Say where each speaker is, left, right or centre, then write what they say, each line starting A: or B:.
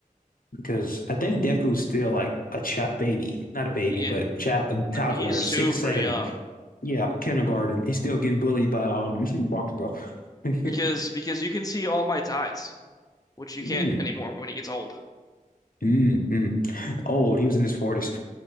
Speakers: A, on the left; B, on the left.
A: because I think Deku's still like a child baby, not a baby,
B: Yeah.
A: but child, a
B: No,
A: toddler,
B: he's super
A: six, seven,
B: young
A: yeah, kindergarten. He's still getting bullied by um <laughs> Bakugo. <laughs>
B: because because you can see All my eyes, which you
A: Mm,
B: can't anymore when he gets old.
A: mm, mm. Old, he was in his 40s.